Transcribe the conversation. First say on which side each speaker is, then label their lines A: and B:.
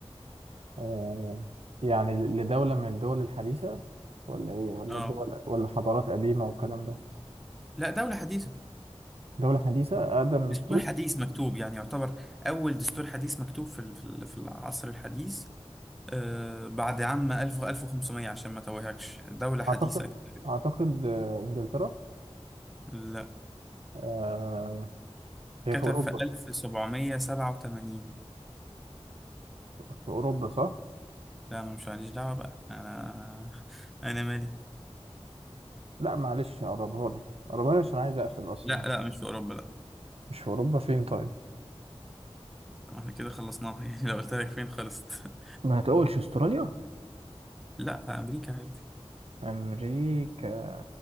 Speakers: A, on the right; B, in the centre.
A: آه، يعني لدولة من الدول الحديثة ولا إيه ولا
B: اه
A: دول ولا حضارات قديمة والكلام ده
B: لا دولة حديثة
A: دولة حديثة أقدم دستور
B: دستور حديث مكتوب يعني يعتبر أول دستور حديث مكتوب في ال- في ال- في العصر الحديث آه بعد عام 1000 1500 عشان ما توهكش دولة حديثة
A: أعتقد
B: كتبت.
A: أعتقد آه، إنجلترا
B: لا
A: آه، هي
B: كتب
A: في أوروبا
B: في 1787
A: في أوروبا صح؟
B: لا ما مش ماليش دعوة بقى أنا أنا مالي
A: لا معلش أقربها لك أقربها لك عشان عايز أقفل أصلا
B: لا لا مش في أوروبا لا
A: مش في أوروبا فين طيب؟
B: ما احنا كده خلصناها <laughs> يعني لو قلت لك فين خلصت <laughs>
A: ما هتقولش أستراليا
B: لا في أمريكا عادي
A: أمريكا